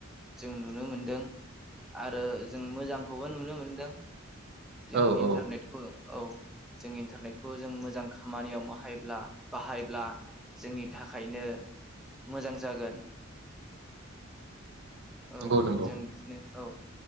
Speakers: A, in the centre; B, on the right.
A: जों नुनो मोनदों। आरो जों मोजां खौबो नुनो मोनदों। जों
B: औ
A: इन
B: औ
A: न्टारनेटखौ जों। औ जों इन्टारनेटखौ जों मोजां खामानियाव माहायब्ला बाहायब्ला जोंनि थाखायनो मोजां जागोन। औ
B: नंगौ नंगौ
A: जों बिदिनो औ